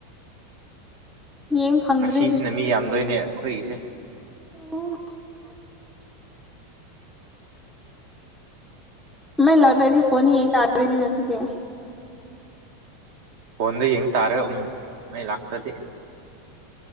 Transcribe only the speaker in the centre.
ꯌꯦꯡ ꯐꯪꯗ꯭ꯔꯦ
ꯑꯣ ꯃꯩ ꯂꯥꯛꯇ꯭ꯔꯗꯤ ꯐꯣꯟ ꯌꯦꯟ ꯇꯥꯔꯦꯅꯦ ꯑꯗꯨꯗꯤ